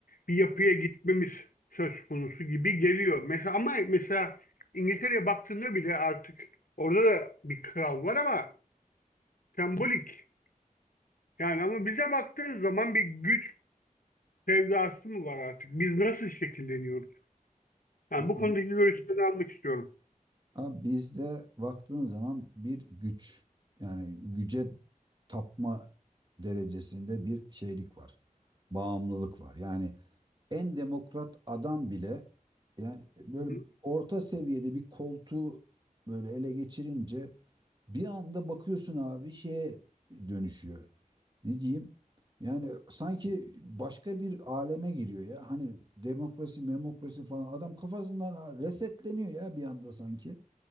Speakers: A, on the left; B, on the right.
A: bir yapıya gitmemiz söz konusu gibi geliyor. Mesela ama mesela İngiltere'ye baktığında bile artık orada da bir kral var ama sembolik. Yani ama bize baktığın zaman bir güç sevdası mı var artık? Biz nasıl şekilleniyoruz? Yani
B: Abi,
A: bu konudaki görüşlerini almak istiyorum.
B: abi bizde baktığın zaman bir güç yani güce tapma derecesinde bir şeylik var. Bağımlılık var. Yani en demokrat adam bile yani böyle
A: Hı hı.
B: orta seviyede bir koltuğu böyle ele geçirince bir anda bakıyorsun abi şeye dönüşüyor. ne diyeyim? Yani sanki başka bir aleme giriyor ya. Hani demokrasi, memokrasi falan adam kafasından resetleniyor ya bir anda sanki.